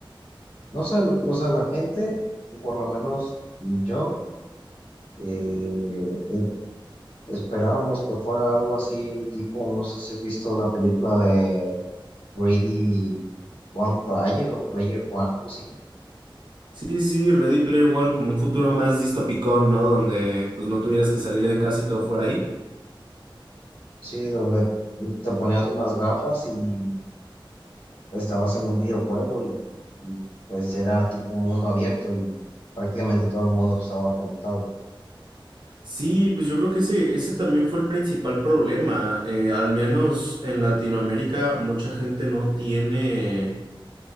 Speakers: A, on the left; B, on the right.
A: no sé, o sea, la gente, o por lo menos yo, eh, eh, Esperábamos que fuera algo así, tipo, no sé si has visto la película de Ready One Player o Player One, algo así.
B: Sí, sí, Ready Player One como un futuro más distópico, ¿no? Donde pues no tuvieras que salir de casa y todo fuera ahí.
A: Sí, donde te ponías unas gafas y estabas en un videojuego y, y, pues era tipo un mundo abierto y prácticamente todo el mundo estaba conectado.
B: Sí, pues yo creo que ese, ese también fue el principal problema. Eh, al menos en Latinoamérica mucha gente no tiene